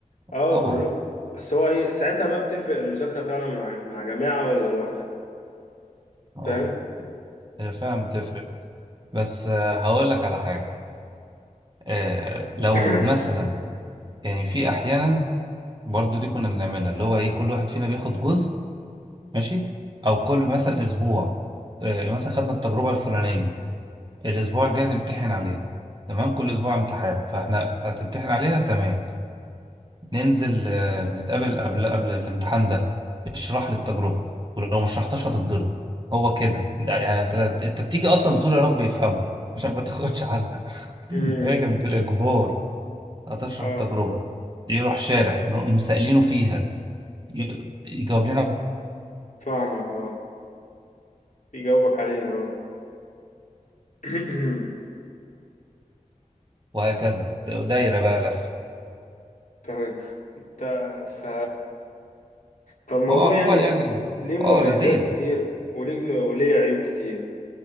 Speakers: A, on the left; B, on the right.
A: اه
B: طبعا
A: كلهم بس هو ايه ساعتها بقى بتفرق المذاكره فعلا مع مع جماعه ولا لوحدك
B: اه
A: فاهم
B: هي فعلا بتفرق بس آه، هقول لك على حاجه آه، لو
A: <coughs>
B: مثلا يعني في احيانا برضو دي كنا بنعملها اللي هو ايه كل واحد فينا بياخد جزء ماشي او كل مثلا اسبوع آه، مثلا خدنا التجربه الفلانيه الاسبوع الجاي هنمتحن عليها تمام كل اسبوع امتحان فاحنا هتمتحن عليها تمام ننزل آه، نتقابل قبل قبل الامتحان ده اشرح لي التجربه ولو ما شرحتهاش هتتضرب هو كده ده يعني انت انت بتيجي اصلا بتقول يا رب يفهمه عشان ما تاخدش علقه <laughs>
A: امم
B: هي كان بالاجبار هتشرح
A: اه
B: التجربه يروح شارح نقوم سائلينه فيها ي- يجاوب لنا
A: فاهمك اه بيجاوبك عليها اه <coughs>
B: وهكذا دا- دايرة بقى لف
A: تمام ت- ف... فالموضوع
B: هو عموما
A: يعني
B: يعني
A: ليه مميزات
B: اه لذيذ
A: كتير وليه وليه عيوب كتير